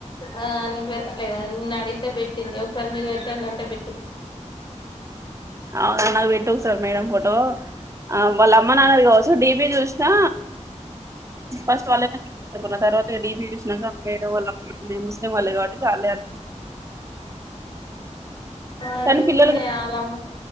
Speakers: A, on the left; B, on the right.
A: ఆ నువ్వు పెట్లేగా న అ అయితే పెట్టింది ఒకసారి మీరు పెట్టండి అంటే పెట్టింది
B: అవునా నాకు పెట్టు ఒకసారి మేడం ఫోటో వాళ్ళ అమ్మ న్నానది కావచ్చు డిపి చూస్తా ఫస్ట్ వాళ్ళ ఎతు ఉన్న తర్వాత డిపి చూసినక వేరే వోళ్ళ ముస్లిం వాళ్ళే కాబట్టి వాళ్ళే అ ఆ
A: అడిగితే
B: కానీ పిల్లలు
A: ఆలమ్మ